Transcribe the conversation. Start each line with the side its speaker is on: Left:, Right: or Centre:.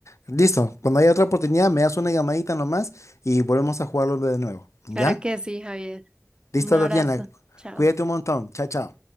Left: listo. Cuando haya otra oportunidad, me das una llamadita nomás y volvemos a jugarlo de nuevo. ¿Ya?
Right: Claro que sí, Javier.
Left: Listo,
Right: Un abrazo.
Left: Tatiana.
Right: Chao.
Left: Cuídate un montón. Chao, chao.